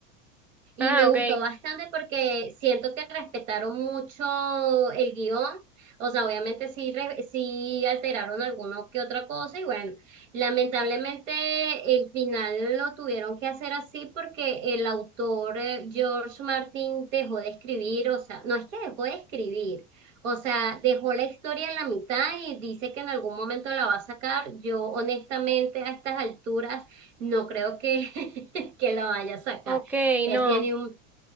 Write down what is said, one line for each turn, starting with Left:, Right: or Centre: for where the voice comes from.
Right: Y
Centre: Ah,
Right: me gustó
Centre: ok.
Right: bastante porque siento que respetaron mucho el guión. O sea, obviamente sí, re- sí alteraron alguno que otra cosa. Y bueno, lamentablemente el final lo tuvieron que hacer así porque el autor eh, George Martin dejó de escribir. O sea, no es que dejó de escribir. O sea, dejó la historia en la mitad y dice que en algún momento la va a sacar. Yo honestamente a estas alturas no creo que, <laughs> que la vaya a sacar.
Centre: Ok,
Right: Él
Centre: no.
Right: tiene un,